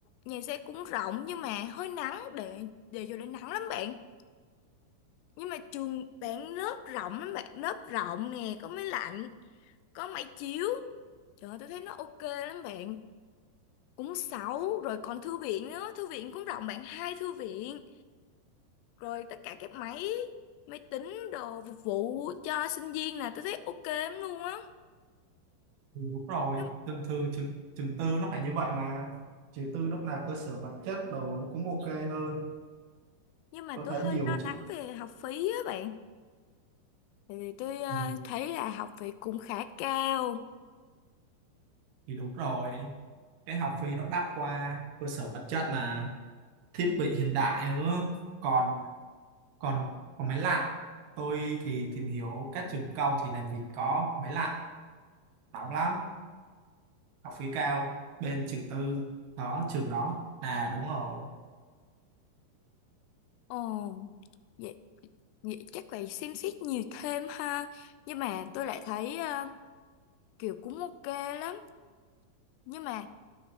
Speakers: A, on the left; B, on the right.
A: nhà xe cũng rộng nhưng mà hơi nắng để để vô để nắng lắm bạn nhưng mà trường bạn lớp rộng lắm bạn lớp rộng nè có máy lạnh có máy chiếu trời ơi, tôi thấy nó ok lắm bạn cũng sáu rồi còn thư viện nữa thư viện cũng rộng bạn hai thư viện rồi tất cả các máy máy tính đồ phục vụ cho sinh viên là tôi thấy ok lắm luôn á
B: Ừ, đúng rồi,
A: nhưng,
B: thường thường trường, trường tư nó phải như vậy mà. Trường tư lúc nào cơ sở vật chất đồ nó cũng ok hơn.
A: nhưng mà
B: Tôi
A: tôi
B: thấy
A: hơi
B: nhiều
A: lo lắng
B: trường...
A: về học phí á bạn tại vì tôi ờ,
B: Ừ.
A: thấy là học phí cũng khá cao
B: Thì đúng rồi, cái học phí nó đắt qua cơ sở vật chất mà. thiết bị hiện đại nữa còn còn còn máy lạnh tôi thì tìm hiểu các trường công thì làm gì có máy lạnh nóng lắm học phí cao bên trường tư đó trường đó là đúng rồi
A: ồ vậy, vậy chắc phải xem xét nhiều thêm ha nhưng mà tôi lại thấy ờ, kiểu cũng ok lắm nhưng mà